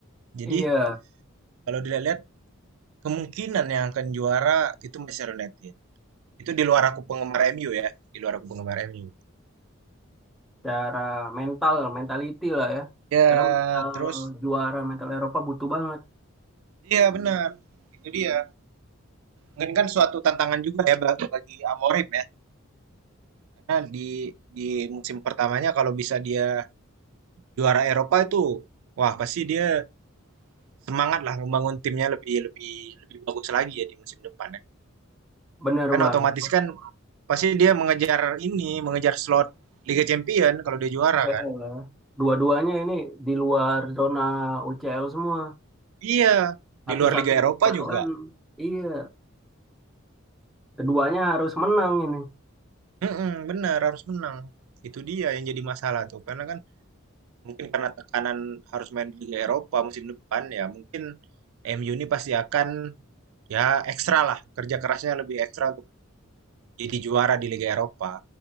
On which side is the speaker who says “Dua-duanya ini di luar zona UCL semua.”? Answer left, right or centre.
Centre